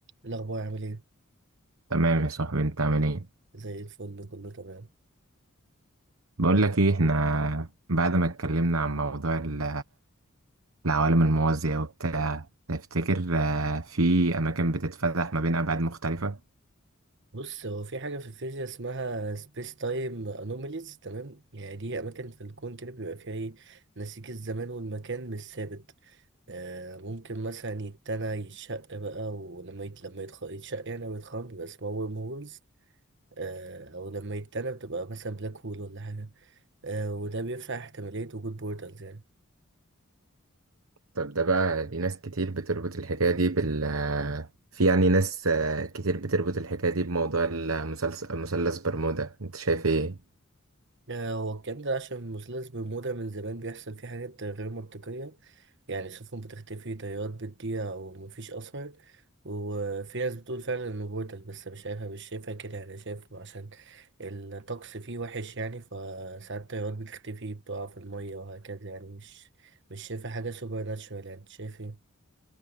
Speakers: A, on the right; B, on the right.
A: الأخبار عامل إيه؟
B: تمام يا صاحبي انت عامل ايه
A: زي الفل كله تمام
B: بقول لك ايه احنا بعد ما اتكلمنا عن موضوع ال- العوالم الموازية وبتاع تفتكر آه، في اماكن بتتفتح ما بين ابعاد مختلفة
A: بص هو في حاجة في الفيزياء اسمها سبيس تايم أنوميليز تمام يعني دي أماكن في الكون كده بيبقى فيها إيه نسيج الزمان والمكان مش ثابت آه ممكن مثلا يتنى يتشق بقى ولما يت... لما يتخ... يتشق يعني أو يتخرم بيبقى اسمها ورم هولز آه أو لما يتنى بتبقى مثلا بلاك هول ولا حاجة آه وده بيفتح احتمالية وجود بورتالز يعني
B: طب ده بقى دي ناس كتير بتربط الحكاية دي بال في يعني ناس آه، كتير بتربط الحكاية دي بموضوع المثلث مثلث برمودا انت شايف ايه؟
A: آه، هو الكلام ده عشان مثلث برمودا من زمان بيحصل فيه حاجات غير منطقية يعني سفن بتختفي طيارات بتضيع ومفيش أثر وفي ناس بتقول فعلا إنه بورتال بس مش عارفة مش شايفها كده يعني شايف عشان الطقس فيه وحش يعني فساعات الطيارات بتختفي بتقع في المية وهكذا يعني مش مش شايفة حاجة سوبر ناتشورال يعني أنت شايف ايه